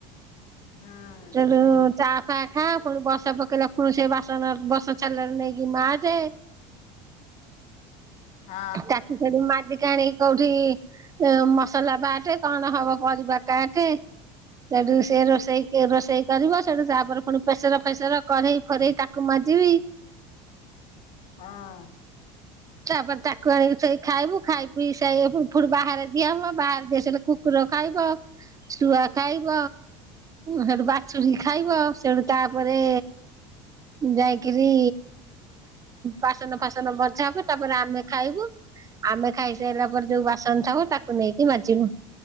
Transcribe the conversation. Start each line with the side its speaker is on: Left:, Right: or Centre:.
Left: ହୁଁ
Right: ଚାଲୋ ଚା ଫା ଖାଆ ପୁଣି ବର୍ଷା ପକେଇଲା ପୁଣି ସେ ବାସନ ବର୍ଷା ଛାଡ଼ିଲାଠୁ ନେଇକି ମାଜେ।
Left: ହଁ
Right: ତାକୁ ସେଇଠୁ ମାଗିକି ଆଣିକି କୋଉଠି ମସଲା ବାଟେ କଣ ହବ ପରିବା କାଟେ ସେଠୁ ସେ ରୋଷେଇ କି ରୋଷେଇ କରିବ। ସେଠୁ ତାପରେ ପୁଣି ପ୍ରେସର ଫେସର କରେଇ ଫରେଇ ତାକୁ ମାଜିବି
Left: ହଁ।
Right: ତାପରେ ତାକୁ ଆଣିକି ସେଇ ଖାଇବୁ, ଖାଇ ପିଇ <unintelligible> ଉପରୁ ବାହାରେ ଠିଆ ହୁଅ। ବାହାରେ ଠିଆ ହେଇ ସା ଇଲେ କୁ କୁକୁର ଖାଇବ ଶୁଆ ଖାଇବ ସେଇଠୁ ବାଛୁରୀ ଖାଇବ ତେଣୁ ତାପରେ ଯାଇକିରି ବାସନ୍ ଫାସନ୍ ବଜା ହବ ତାପରେ ଆମେ ଖାଇବୁ ଆମେ ଖାଇସାରିଲା ପରେ ଯୋଉ ବାସନ ଥାବ ତାକୁ ନେଇକି ମାଜିବୁ